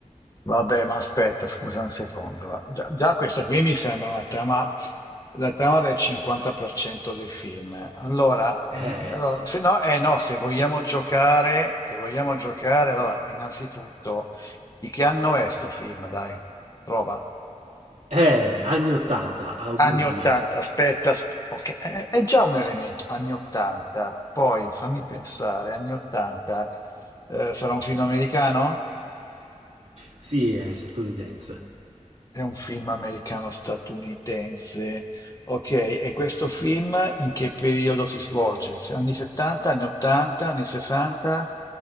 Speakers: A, on the left; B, on the right.
A: Vabbè, ma aspetta, scusa un secondo. va. Già, già questa qui mi sembra una trama, la trama del 50% dei film. Allora, eh,
B: Eh
A: allora,
B: sì.
A: se no, eh no, se vogliamo giocare, se vogliamo giocare, allora, innanzitutto, di che anno è sto film? Dai, prova.
B: Eh, anni 80, auguri.
A: Anni 80, aspetta, as- ok, è, è già un elemento, anni 80, poi fammi pensare, anni 80, eh, sarà un film americano?
B: Sì, è statunitense.
A: È un film americano-statunitense, ok, e questo film in che periodo si svolge? Se- Anni 70, anni 80, anni 60,